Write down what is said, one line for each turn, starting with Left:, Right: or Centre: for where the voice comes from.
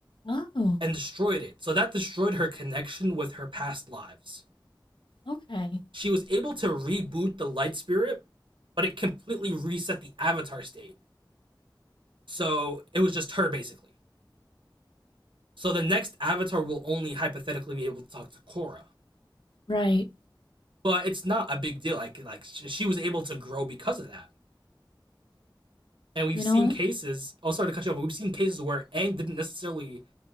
Left: Oh.
Right: and destroyed it. So that destroyed her connection with her past lives.
Left: Okay.
Right: She was able to reboot the Light Spirit, but it completely reset the Avatar state. So it was just her, basically. So the next Avatar will only hypothetically be able to talk to Korra.
Left: Right.
Right: But it's not a big deal. Like, like she was able to grow because of that. And we've
Left: You
Right: seen
Left: know what?
Right: cases, oh, sorry to cut you off, but we've seen cases where Aang didn't necessarily